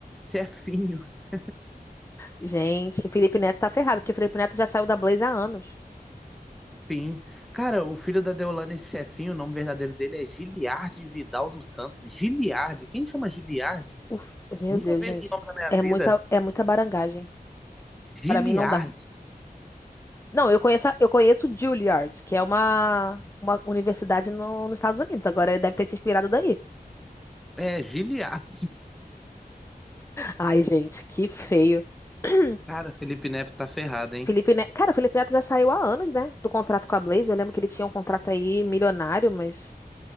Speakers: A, in the centre; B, on the left.
A: Chefinho, <laughs>
B: Gente, Felipe Neto tá ferrado, porque Felipe Neto já saiu da Blaze há anos.
A: sim. Cara, o filho da Deolane, esse chefinho, o nome verdadeiro dele é Giliardi Vidal dos Santos. Giliardi. Quem chama Giliardi?
B: Uf, meu
A: Nunca
B: Deus,
A: vi
B: gente.
A: esse nome na minha
B: É
A: vida.
B: muita, é muita barangagem.
A: Giliardi.
B: Pra mim não dá. Não, eu conheço, a- eu conheço Juilliard, que é uma, uma universidade no- nos Estados Unidos. Agora ele deve ter se inspirado daí.
A: É, Giliardi.
B: Ai, gente, que feio. <clears throat>
A: Cara, Felipe Neto tá ferrado, hein?
B: Felipe Neto, cara, o Felipe Neto já saiu há anos, né, do contrato com a Blaze. Eu lembro que ele tinha um contrato aí milionário, mas